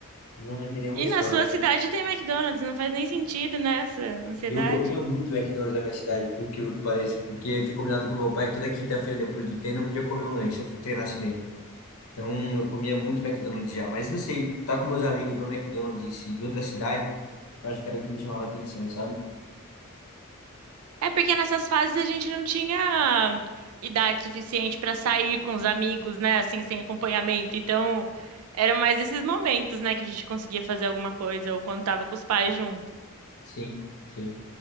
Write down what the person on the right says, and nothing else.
E
na sua cidade tem McDonald's, não faz nem sentido, né, essa ansiedade.
É porque nessas fases a gente não tinha idade suficiente para sair com os amigos, né? Assim, sem acompanhamento. Então, eram mais esses momentos, né, que a gente conseguia fazer alguma coisa ou quando tava com os pais junto.